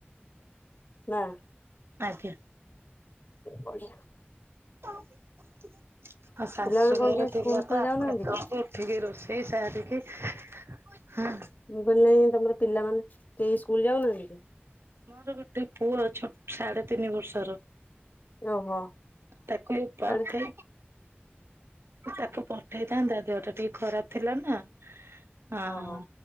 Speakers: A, on the left; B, on the right.
A: ନା?
B: ଆଜ୍ଞା।
A: ବଢିଆ।
B: ଆଉ ଶାଶୁ
A: ପିଲାମାନେ କଣ
B: ଘରେ
A: କେହି
B: ଥିଲେ
A: ସ୍କୁଲ ଫୁଲ
B: ତ
A: ଯାଉନାହାନ୍ତି
B: ଆପଣ କହନ୍ତି
A: କି
B: ଟିକିଏ ରୋଷେଇ ସାରିକି ହୁଁ।
A: ମୁଁ କହିଲି ତମର ପିଲାମାନେ କେହି ସ୍କୁଲ ଯାଉନାହାନ୍ତି କି?
B: ମୋର ଗୋଟେ ପୁଅ ଛୋ ସାଢେ ତିନି ବର୍ଷର।
A: ଓହୋ
B: ତାକୁ ଏଇ
A: ସାଢେ
B: ପାଠେ ତାକୁ ପଠେଇଥାନ୍ତା ତା ଦେହଟା ଟିକେ ଖରାପ ଥିଲା ନା। ଆଁ- ଆଁ
A: ହଁ ହଁ।
B: -ଆଁ